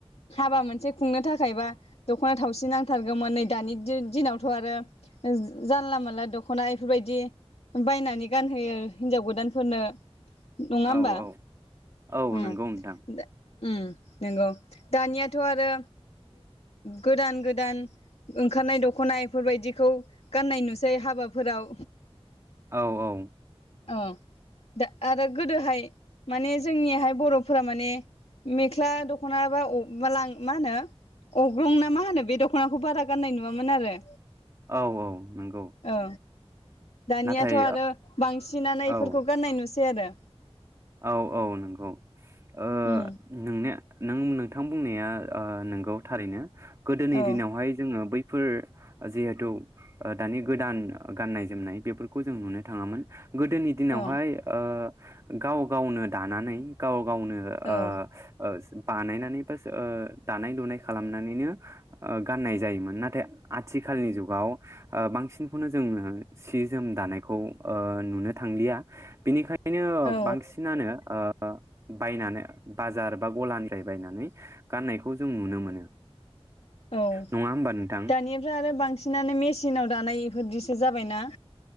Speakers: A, on the left; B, on the right.
A: हाबा मोनसे खुंनो थाखायबा दखना थावसि नांथारगौमोन नै दानि दिनावथ आरो जानला मोनला दखना बेफोरबायदि बायनानै गानहोयो। हिनजाव गोदानफोरनो नङा
B: औ
A: होमबा?
B: औ औ
A: उम
B: नंगौ नोंथां
A: नंगौ। दानियाथ आरो गोदान गोदान ओंखारनाय दखना इफोरबायदिखौ गाननाय नुसै हाबाफोराव।
B: औ औ
A: औ दा आरो गोदोहाय माने जोंनियाहाय बर'फोरा माने मेख्ला दखना दखना बा मा होनो अग्रं ना मा होनो बे दखनाखौ बारा गाननाय नुवामोन आरो।
B: औ औ नंगौ।
A: औ दानियाथ
B: नाथाय
A: आरो बांसिनानो इफोरखौ
B: ओ
A: गाननाय नुसै आरो। <inaudible>
B: औ औ नंगौ ओ
A: उम
B: नोंनिया नों नोंथां बुंनाया नोंगौ थारैनो गोदोनि
A: औ
B: दिनावहाय जोङो बै फोर जिहेथु दानि गोदान गाननाय जोमनाय बेफोरखौ जों नुनो थाङामोन। गोदोनि दिनावहाय
A: औ
B: ओ गाव गावनो दानानै गाव गावनो
A: औ
B: ओ ओ बानायनानै ओ बा दानाय लुनाय खालामनानैनो गाननाय जायोमोन। नाथाय आथिखालनि जुगाव ओ बांसिनखौनो जों सि जोम दानायखौ ओ नुनो थांलिया बिनिखाय नो
A: औ
B: बांसिनानो ओ ओ बायनानै बाजार बा गलानिफ्राय बायनानै गाननायखौ जों नुनो मोनो।
A: औ
B: नङा होमबा नोंथां
A: दानिफ्राय आरो बांसिनानो मेसिनाव दानाय। फोरदिसो जाबायना